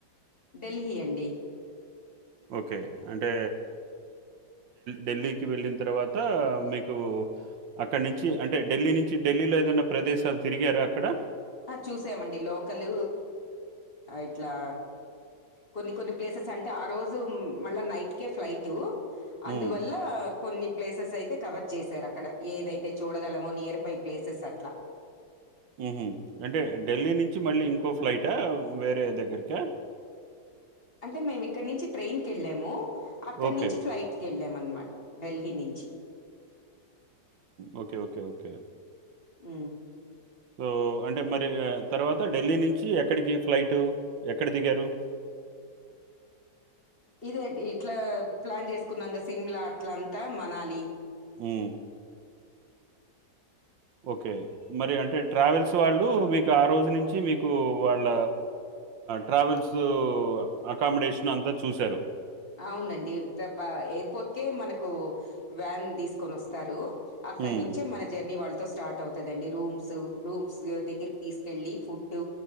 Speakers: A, on the left; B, on the right.
A: ఢెల్హి అండి
B: ఓకే అంటే ఢిల్లీకి వెళ్ళిన తర్వాత మీకు అక్కడి నుంచి అంటే ఢిల్లీ నుంచి ఢిల్లీలో ఏదైన్నా ప్రదేశాలు తిరిగారా అక్కడ
A: ఆ చూసామండి లోకల్ ఇట్లా కొన్ని కొన్ని ప్లేసెస్ అంటే ఆ రోజు మళ్ళా నైట్కే ఫ్లైట్
B: హ్మ్.
A: అందువల్ల కొన్ని ప్లేసెస్ అయితే కవర్ చేసారు అక్కడ ఏదైతే చూడగలమో నియర్ బై ప్లేసెస్ అట్లా
B: హ్మ్ అంటే ఢిల్లీ నుంచి మళ్ళీ ఇంకో ఫ్లైటా వేరే దగ్గరికా
A: అంటే మేము ఇక్కడ నుంచి ట్రైన్ కేళ్ళాము అక్కడ
B: ఓకే.
A: నుంచి ఫ్లైట్కి వెళ్ళాం అనమాట ఢిల్లీ నుంచి
B: ఓకే ఓకే ఓకే
A: ఆ
B: సో అంటే మరి తర్వాత ఢిల్లీ నుంచి ఎక్కడికి ఫ్లైటు ఎక్కడ దిగారు
A: ఇదేండి ఇట్లా ప్లాన్ చేసుకున్నాంగా సిమ్లా అట్లంతా మనాలి
B: హ్మ్ ఓకే మరి అంటే ట్రావెల్స్ వాళ్ళు మీకు ఆ రోజు నుంచి మీకు వాళ్ళ ట్రావెల్స్ అకామిడేషన్ అంతా చూశారు
A: అవునండి తప్ప అయిపోతేక మన వ్యాన్ తీసుకొని వస్తారు అక్కడ
B: హ్మ్.
A: నుంచే మన జర్నీ వాళ్ళ స్టార్ట్ అవుతందండి రూమ్స్ రూమ్స్ దగ్గరికి తీసుకెళ్ళలి ఫుడ్